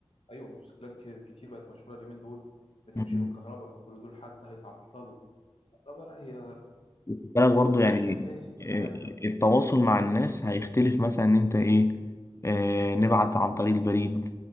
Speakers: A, on the left (about 70°); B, on the left (about 30°).
A: ايوه موتوسيكلات ك- كتير بقت مشهوره اليومين دول بتمشي
B: مم.
A: بالكهرباء فكل دول حتى هيتعطلوا الكهرباء لا هي
B: وخد بالك برضو
A: هي
B: يعني
A: شيء اساسي في
B: آه،
A: حياتنا
B: التواصل مع الناس هيختلف مثلا ان انت ايه آه، نبعت عن طريق البريد